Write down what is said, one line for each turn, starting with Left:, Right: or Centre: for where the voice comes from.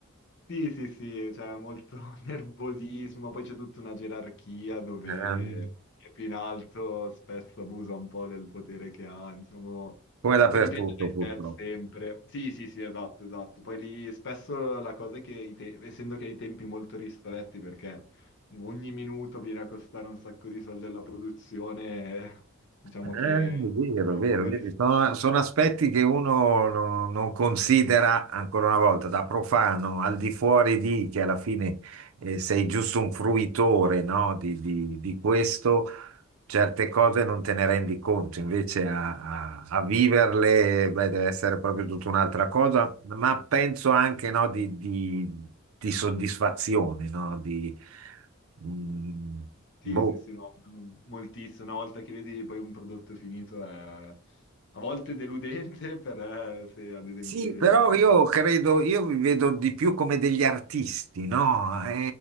Left: Sì, sì, sì, c'è molto <laughs> nervosismo, poi c'è tutta una gerarchia dove
Right: Ehm,
Left: chi è più in alto spesso abusa un po' del potere che ha, insomma,
Right: come dappertutto
Left: poi dipende dai
Right: purtroppo.
Left: set sempre. Sì, sì, sì, esatto, esatto. Poi lì spesso la cosa è che, i te- essendo che hai tempi molto ristretti, perché ogni minuto viene a costare un sacco di soldi alla produzione, <laughs> eh, diciamo
Right: Eh, è
Left: che
Right: vero,
Left: i
Right: è vero,
Left: poveri...
Right: vedi,
Left: statisti.
Right: sono, sono aspetti che uno non, non considera ancora una volta, da profano, al di fuori di che alla fine eh, sei giusto
Left: Ah,
Right: un fruitore, no, di di- di questo. certe cose non te ne rendi conto, invece a, a- a viverle, beh, deve essere proprio tutta un'altra cosa, ma penso anche, no, di, di- di soddisfazione, no, di, mm,
Left: Sì,
Right: boh,
Left: sì, sì, no, quello moltissimo. Una volta che vedi poi un prodotto finito è a volte deludente, <laughs> per eh, se ad esempio...
Right: Sì,
Left: il-
Right: però io credo, io vi vedo di più come degli artisti, no? È,